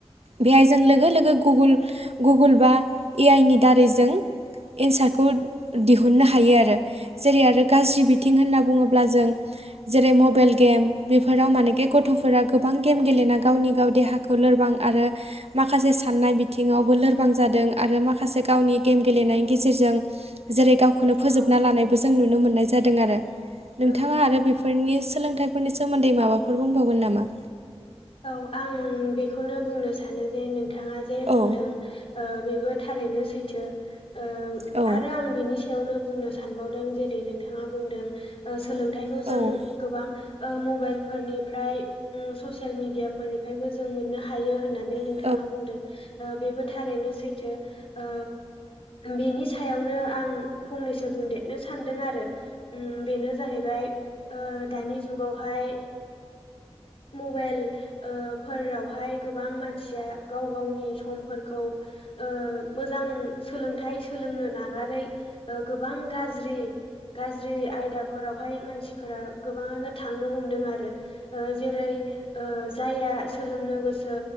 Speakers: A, on the right; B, on the left.
A: बेहाय जों लोगो लोगो गुगोल बा ए आइ नि दारैजों एन्सारखौ दिहुननो हायो आरो जेरै आरो गाज्रि बि थिं होनना बुङोब्ला जों जेरै मबाइल गेम बेफोराव मानेे गथ'फोरा गोबां गेम गेलेना गावनि गाव देहाखौ लोरबां आरो माखासे साननाय बिथिङावबो लोरबां जादों आरो माखासे गावनि गेम गेलेनायनि गेजेरजों जेरै गावखौनो फोजोबना
B: औ
A: लानायबो जों नुनो मोननाय जादों आरो नोंथाङा
B: औ
A: आरो बेफोरनि सोलोंथाइफोरनि सोमोन्दै माबाफोर बुंबावगोन नामा?
B: औ आं बेखौनो बुंनो सानो जे नोंथाङा जे बुंदों
A: औ
B: ओ बेबो थारैनो सैथो ओ
A: औ
B: आरो आं बेनि सायावनो बुंनो सानबावदों जेरै नोंथाङा बुंदों ओ सोलोंथाइखौ
A: औ
B: जों गोबां ओ मबाइलफोरनिफ्राय उम ससियेल मिडियाफोरनिफ्रायबो जों मोननो हायो होननानै नोंथाङा
A: औ
B: बुंदों। ओ बेबो थारैनो सैथो ओ बेनि सायावनो आं फंनैसो बुंदेरनो सान्दों आरो बेनो जाहैबाय ओ दानि जुगावहाय मबाइल ओ फोरावहाय गोबां मानसिया गाव गावनि समफोरखौ ओ मोजां सोलोंथाइ सोलोंनो नागारै ओ गोबां गाज्रि गाज्रि आयदाफोरावहाय मानसिफोरा गोबाङानो थांनो हमदों आरो ओ जेरै ओ जाया सोलोंनो गोसो